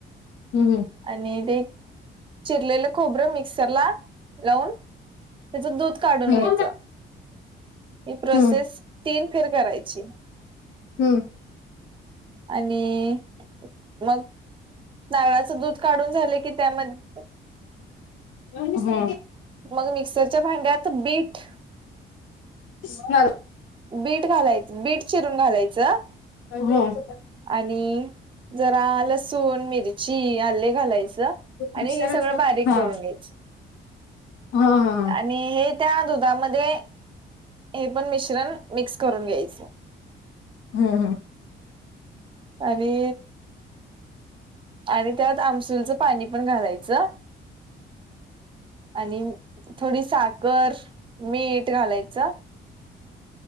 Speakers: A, on the left; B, on the right.
A: हम्म
B: आणि ते चिरलेलं खोबरं मिक्सर ला लावून त्याच दूध काढून
A: हम्म
B: घ्यायच ही प्रोसेस
A: हम्म
B: तीन फेर करायची
A: हम
B: आणि मग नारळाच दूध काढून झालं की त्यामध्ये
A: हम
B: मग मिक्सरच्या भांड्यात बीट
A: <inaudible>
B: बीट घालायच बीट चिरून घालायचं
A: हम
B: आणि जरा लसूण, मिरची, आल्ले घालायचं आणि
A: मिक्सर
B: हे सगळं
A: असतात
B: बारीक
A: हा
B: करून घ्यायच
A: हा- हा
B: आणि हे त्या दुधामध्ये हे पण मिश्रण मिक्स करून घ्यायच
A: हम -हम
B: आणि आणि त्यात आमसूलचं पाणी पण घालायचं आणि थोडी साखर, मीठ घालायचं